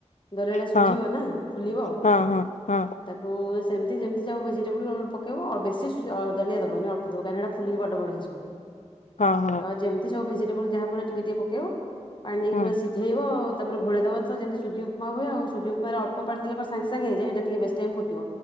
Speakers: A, on the left; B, on the left.
A: ଦଲିଆଟା ସୁଝି
B: ହଁ
A: ହବ ନା ଫୁଲିବ
B: ହଁ ହଁ ହଁ
A: ତାକୁ ସେମିତି ଯେମିତି ତମେ ଭେଜିଟେବୁଲୁ ପ କେ ବେଶୀ ସୁଆଦ ନେଇ ହବନି ଅଳ୍ପ ଟିକେ କାହିଁକି ଏଟା ଫୁଲିକି ବଡ଼ ବଡ଼ ହେଇଯିବ।
B: ହଁ ହଁ
A: ତ ଯେମିତି ସେମିତି ସେ ଯାହାଥିବ ଟିକେ ଟିକେ ପକେଇବ। ପାଣି ଦେଇକି
B: ହୁଁ
A: ପୁରା ସିଝେଇବ। ତାପରେ ଘୋଡେଦବା ତ ଯେମିତି ସୁଜି ଉପମା ହୁଏ ଆଉ ସୁଜି ଉପମାାରେ ଅଳ୍ପ ପାଣି ଦେଲେ କଣ ସାଙ୍ଗ ସାଙ୍ଗେ ହେଇଯାଏ ଏଟା ଟିକେ ବେଶୀ ଟାଇମ ଫୁଟିବ।